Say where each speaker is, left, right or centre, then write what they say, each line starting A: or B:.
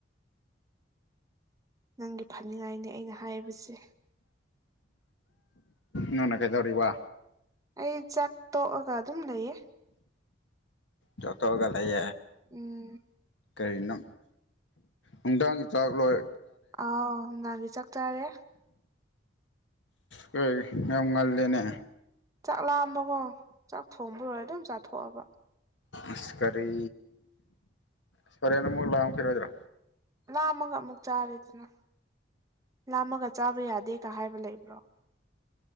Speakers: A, on the right; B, on the left.
A: ꯅꯪꯒꯤ ꯐꯅꯤꯡꯉꯥꯏꯅꯤ ꯑꯩꯅ ꯍꯥꯏꯔꯤꯕꯁꯦ
B: ꯅꯅ ꯀꯩꯗꯧꯔꯤꯕ
A: ꯑꯩ ꯆꯥꯛ ꯇꯣꯛꯑꯒ ꯑꯗꯨꯝ ꯂꯩꯌꯦ
B: ꯆꯇꯣꯒ ꯂꯩ
A: ꯎꯝ
B: ꯀꯔꯤꯅ ꯅꯨꯡꯗꯥꯡꯒꯤ ꯆꯥꯛ ꯂꯣꯏ
A: ꯑ ꯉꯥꯟꯗꯤ ꯆꯠꯇꯥꯥꯔꯦ
B: ꯀꯣꯏ ꯌꯥꯝ ꯉꯜꯗꯦꯅꯦ
A: ꯆꯥꯛ ꯂꯥꯑꯝꯕꯀꯣ ꯆꯥꯛ ꯊꯣꯡꯕꯔꯣꯏ ꯑꯗꯨꯝ ꯆꯥꯊꯣꯛꯑꯕ
B: ꯑꯁ ꯀꯔꯤ ꯁꯀꯔꯤꯦꯅ ꯃꯨꯛ ꯂꯥꯛꯑꯝꯈꯤꯔꯣꯏꯗ꯭ꯔꯣ
A: ꯂꯥꯝꯃꯒ ꯑꯃꯨꯛ ꯆꯥꯔꯦꯗꯅ ꯂꯥꯝꯃꯒ ꯆꯥꯕ ꯌꯥꯗꯦꯒ ꯍꯥꯏꯕ ꯂꯩꯕ꯭ꯔꯣ